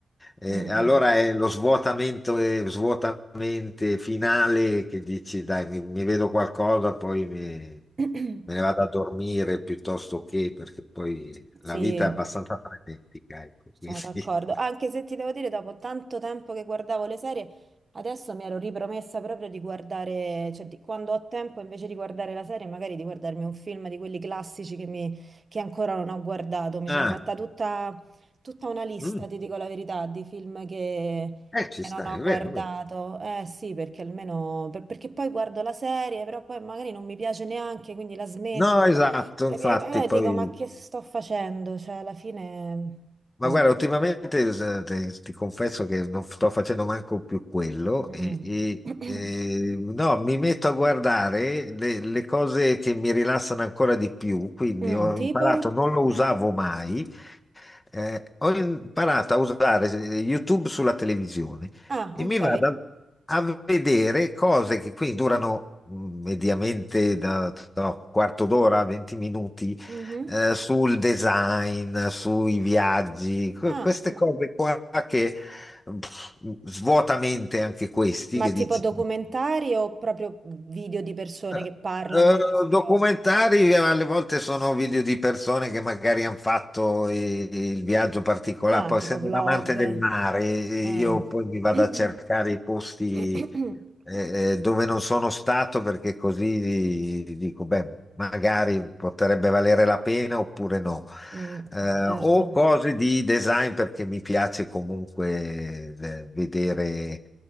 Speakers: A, on the left; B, on the right.
A: Eh,
B: Mm,
A: allora è lo svuotamento eh, svuotamente finale che dici dai, mi, mi vedo qualcosa, poi mi
B: mm. <clears throat>
A: me ne vado a dormire piuttosto che perché poi la
B: Sì,
A: vita è abbastanza frenetica, ecco,
B: Sono
A: quindi...
B: d'accordo,
A: <laughs>
B: anche se ti devo dire, dopo tanto tempo che guardavo le serie, adesso mi ero ripromessa proprio di guardare, cioè di- quando ho tempo invece di guardare la serie, magari di guardarmi un film di quelli classici che, mi- che ancora non ho guardato. Mi
A: Ah,
B: sono fatta tutta, tutta una lista,
A: mm,
B: ti dico la verità, di film che,
A: eh,
B: che
A: ci stai,
B: non ho
A: è
B: guardato.
A: vero, è vero.
B: Eh sì, perché almeno, per- perché poi guardo la serie, però poi magari non mi piace neanche, quindi la smetto.
A: No, esatto,
B: E
A: infatti,
B: e allora
A: poi...
B: dico, ma che sto facendo? Cioè, alla fine...
A: Ma
B: boh.
A: guarda, ultimamente s- te- ti confesso che non sto facendo manco più quello
B: Mm.
A: e, e-
B: <clears throat>
A: e, no, mi metto a guardare le, le cose che mi rilassano ancora di più, quindi
B: Mm,
A: ho
B: tipo?
A: imparato, non lo usavo mai, eh, ho imparato a usare eh, YouTube sulla televisione
B: Ah,
A: e
B: ok.
A: mi vado a, a vedere cose che qui durano mm, mediamente da no, quarto d'ora, 20 minuti,
B: Mhm.
A: eh, sul design, sui viaggi, que-
B: Ah,
A: queste
B: ma,
A: cose qua che pff, svuotamente anche questi
B: ma
A: che
B: tipo
A: dici.
B: documentari o proprio video di persone
A: Eh,
B: che parlano
A: eh,
B: di queste
A: documentari
B: cose?
A: eh, alle volte sono video di persone che magari hanno fatto i- il viaggio particolare.
B: Ah,
A: Poi,
B: tipo
A: essendo
B: vlog.
A: un amante del mare, io
B: Ah.
A: poi mi vado
B: <clears throat>
A: a cercare i posti eh, eh, dove non sono stato perché così dico, beh, magari potrebbe valere la pena oppure no.
B: Mm,
A: Eh,
B: certo.
A: o cose di design perché mi piace comunque eh, vedere